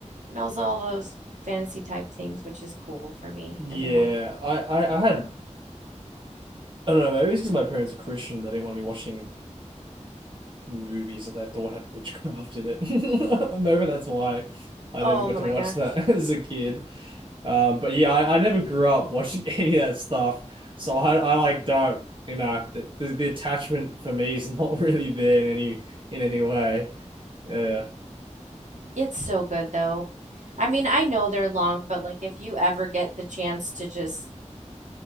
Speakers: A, on the right; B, on the right.
A: knows all those fantasy type things, which is cool for me
B: yeah.
A: as a mom.
B: I, I, I had. I don't know. Maybe it's because my parents are Christian. They didn't want me watching movies that they thought had witchcraft in it. <laughs> Maybe that's why I
A: Oh
B: never got
A: my
B: to watch
A: gosh.
B: that <laughs> as a kid. Um, but yeah, I, I never grew up watching <laughs> any of that stuff, so I, I like don't, you know, the, the, the attachment for me is <laughs> not really there in any in any way. Yeah,
A: It's so good though. I mean, I know they're long, but like if you ever get the chance to just